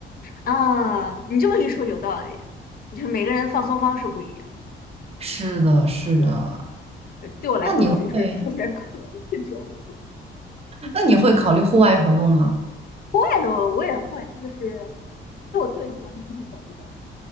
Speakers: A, on the left; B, on the right.
A: 啊，你这么一说有道理，就是每个人放松方式不一样。
B: <laughs> 是的，是的。
A: 对，呃对我来说可能就是数学课是折磨，
B: 那你会，那你会考虑户外活动吗？
A: 户外的我也会，就是就我特别喜欢出去走一走，